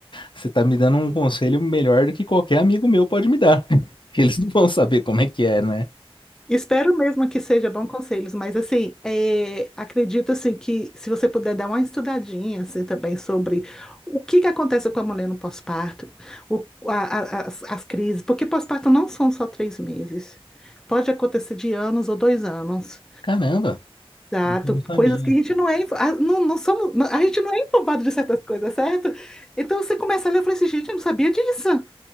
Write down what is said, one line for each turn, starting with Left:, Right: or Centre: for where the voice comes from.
Left: você tá me dando um conselho melhor do que qualquer amigo meu pode me dar. <laughs> Que eles não vão saber como é que é, né?
Centre: Espero mesmo que seja bom conselhos, mas assim, é, acredito assim que se você puder dar uma estudadinha assim, também sobre o que que acontece com a mulher no pós-parto, o- a- a- as, as crises, porque pós-parto não são só três meses, pode acontecer de anos ou dois anos,
Left: Caramba,
Centre: exato,
Left: eu não sabia.
Centre: coisas que a gente não é, info- a- não, não somos, não- a gente não é informado de certas coisas, certo? Então você começa a ler e fala assim, gente, eu não sabia disso.